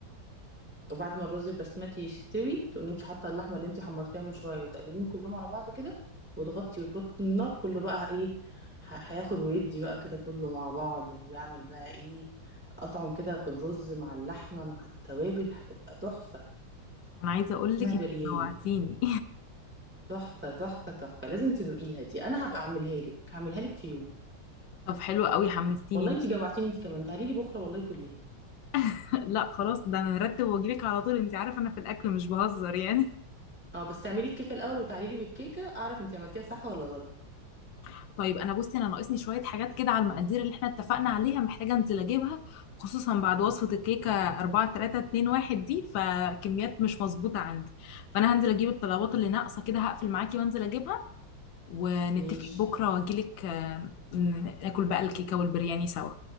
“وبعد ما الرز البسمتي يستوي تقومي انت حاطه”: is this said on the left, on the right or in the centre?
Centre